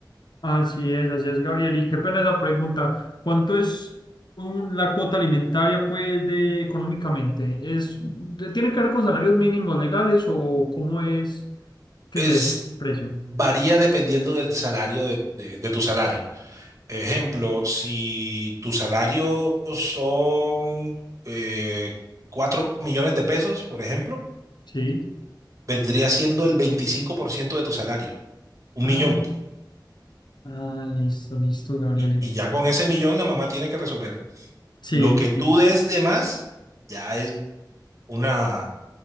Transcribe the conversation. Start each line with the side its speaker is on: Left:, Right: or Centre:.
Left: Así es, así es, Gabriel. Y qué pena esa pregunta. ¿Cuánto es un- la cuota alimentaria, pues, de económicamente? ¿Es, de- tiene que ver con salarios mínimos legales o cómo es que
Right: Es,
Left: se define el precio?
Right: varía dependiendo del salario de, de- de tu salario. Ejemplo, si tu salario son eh, 4 millones de pesos, por ejemplo,
Left: Sí.
Right: vendría siendo el 25% de tu salario, un
Left: Ah,
Right: millón.
Left: ah, listo, listo, Gabriel. en-
Right: Y ya con ese millón la mamá tiene que resolver.
Left: Sí,
Right: Lo que tú
Left: sí,
Right: des de más ya es una,